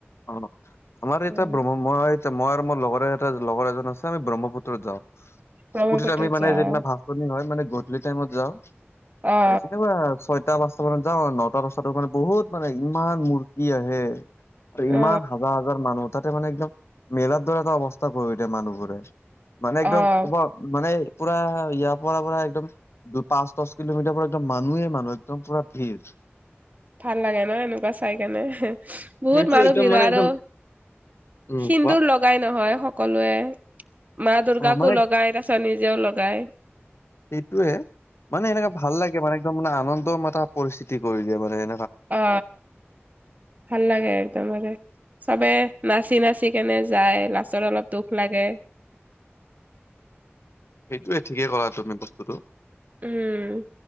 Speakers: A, on the left; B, on the right.
A: অ আমাৰ এতিয়া
B: উম
A: ব্ৰ মই এ মই আৰু মোৰ লগৰে এ লগৰ এজন আছে। আমি ব্ৰহ্মপুত্ৰত যাওঁ।
B: ব্ৰহ্মপুত্ৰত
A: স্কুটিত আমি মানে
B: যাও
A: যিদিনা ভাচনি হয় মানে গধূলি টাইমত যাওঁ
B: অ
A: একেবাৰে। ছয়টা পাঁচটা মানে যাওঁ নটা দছতাতো মানে বহুত মানে ইমান মূৰ্তি আহে। আৰু ইমান
B: অ
A: হাজাৰ হাজাৰ মানুহ তাতে মানে একদম মেলাৰ দৰে এটা অৱস্থা কৰি দিয়ে মানুহবোৰে। মানে একদম
B: অ
A: অব মানে। পুৰা ইয়াৰ পৰা পৰা একদম দু পাঁচ দহ কিলোমিটাৰ পৰা একদম মানুহেই মানুহ একদম পুৰা ভিৰ। <unintelligible>
B: ভাল লাগে ন এনেকুৱা চাই কেনে বহুত
A: সেইটো
B: মানুহ
A: একদম
B: ভিৰ
A: মানে
B: আৰু।
A: একদম উম
B: সিন্দুৰ
A: কোৱা।
B: লগাই নহয় সকলোৱে মা দুৰ্গাকো
A: অ' মানে
B: লগাই তাৰপিছত নি। নিজেও লগায়।
A: সেইটোয়ে মানে এনেকা ভাল লাগে মানে একদম মানে আনন্দম এটা পৰিস্থিতি কৰি দিয়ে মানে এ।
B: অ, ভাল লাগে একদম লাগে চবে নাচি নাচি কেনে যায় লাষ্টত অলপ দুখ লাগে।
A: সেইটোয়ে ঠিকেই কলা তুমি বস্তুটো।
B: উম।